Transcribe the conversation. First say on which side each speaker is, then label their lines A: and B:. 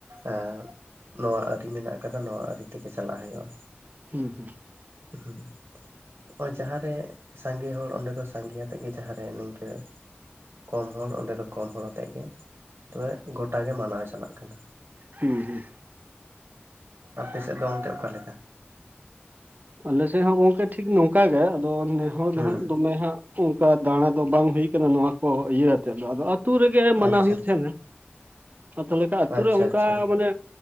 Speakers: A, on the right (about 85°); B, on the right (about 45°).
A: ᱮ ᱱᱚᱣᱟ ᱟᱹᱨᱤ ᱢᱮᱱᱟᱜ ᱟᱠᱟᱫᱟ ᱱᱚᱣᱟ ᱟᱹᱨᱤ ᱛᱮᱜᱮ ᱪᱟᱞᱟᱜ ᱦᱩᱭᱩᱜᱼᱟ
B: ᱦᱩᱸ ᱦᱩᱸ
A: ᱦᱩᱸ᱾ ᱱᱚᱜᱚᱭ ᱡᱟᱦᱟᱸ ᱨᱮ ᱥᱟᱸᱜᱮ ᱦᱚᱲ ᱚᱸᱰᱮ ᱫᱚ ᱥᱟᱸᱜᱮᱭᱟᱛᱮᱜ ᱜᱮ ᱡᱟᱦᱟᱸᱨᱮ ᱱᱤᱝᱠᱟ. ᱠᱚᱢ ᱦᱚᱲ ᱚᱸᱰᱮ ᱫᱚ ᱠᱚᱢ ᱦᱚᱲ ᱟᱛᱮᱜ ᱜᱮ ᱛᱚᱵᱮ ᱜᱚᱴᱟ ᱜᱮ ᱢᱟᱱᱟᱣ ᱪᱟᱞᱟᱜ ᱠᱟᱱᱟ᱾
B: ᱦᱩᱸ ᱦᱩᱸ᱾
A: ᱟᱯᱮ ᱥᱮᱫ ᱫᱚ ᱚᱱᱛᱮ ᱚᱠᱟᱞ ᱞᱮᱠᱟ?
B: ᱟᱞᱮᱥᱮᱫ ᱦᱚᱸ ᱜᱚᱝᱠᱮ ᱴᱷᱤᱠ ᱱᱚᱝᱠᱟ ᱜᱮ ᱟᱫᱚ ᱱᱮ ᱦᱚᱲ ᱫᱚ
A: ᱦᱩᱸ
B: ᱦᱟᱸᱜ ᱫᱚᱢᱮ ᱦᱟᱸᱜ ᱚᱝᱠᱟ ᱫᱟᱬᱟ ᱫᱚ ᱵᱟᱝ ᱦᱩᱭ ᱠᱟᱱᱟ ᱱᱚᱣᱟ ᱠᱚ ᱤᱭᱟᱹ ᱟᱛᱮᱫ ᱫᱚ ᱟᱫᱚ ᱟᱨ ᱟᱹᱛᱩᱳ ᱨᱮᱜᱮ ᱢᱟᱱᱟᱣ
A: ᱟᱪᱪᱷᱟ
B: ᱦᱩᱭᱩᱜ ᱛᱟᱦᱮᱸᱱᱟ ᱛᱟᱦᱚᱞᱮ ᱠᱷᱟ ᱟᱛᱳ
A: ᱟᱪᱪᱷᱟ
B: ᱨᱮ ᱚᱱᱠᱟ
A: ᱟᱪᱪᱷᱟ
B: ᱢᱟᱱᱮ